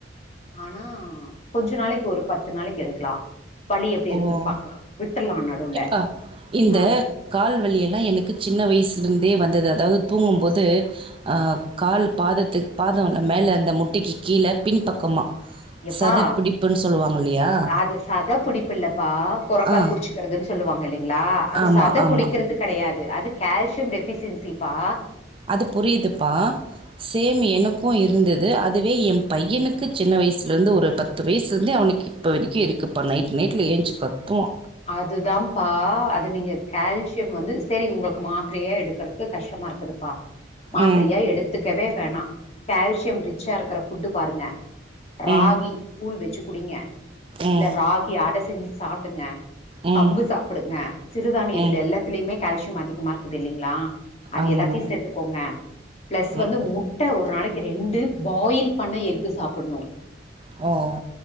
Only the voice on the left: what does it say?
ஆனா கொஞ்ச நாளைக்கு ஒரு பத்து நாளைக்கு எடுக்கலாம் வலி எப்டி இருக்குன்னு
பாக்கலாம் விட்ருலாம் நடுவுல
ஆ
எப்பா
அது சத புடிப்பு இல்லப்பா கொரக்கால்
புடிச்சுக்கறதுன்னு சொல்லுவாங்க இல்லைங்களா அது
சத
புடிக்கிறதுக்கு கெடையாது அது கால்சியம் டெஃபிசியன்சிப்பா
அதுதாம்ப்பா அது நீங்க கேல்சியம் வந்து சேரி உங்களுக்கு மாத்ரையா எடுக்குறக்கு கஷ்டமா இருக் குதுப்பா மாத்ரியா
எடுத்துக்கவே வேணா கால்சியம் ரிச்சா இருகற ஃபுட்டு பாருங்க ராகி
கூள் வச்சு குடிங்க
இல்ல ராகி அட செஞ்சு சாப்டுங்க
கம்பு சாப்டுங்க சிறுதானியத்ல
எல்லாத்துலயுமே கால்சியம் அதிகமா இருக்குதில்லைங்ளா அது
எல்லாத்தையு சேத்துக்கோங்க ப்ளஸ்
வந்து முட் ட்ட ஒரு நாளைக்கு ரெண்டு பாயில் பண்ண எக்கு சாப்பிட்ணு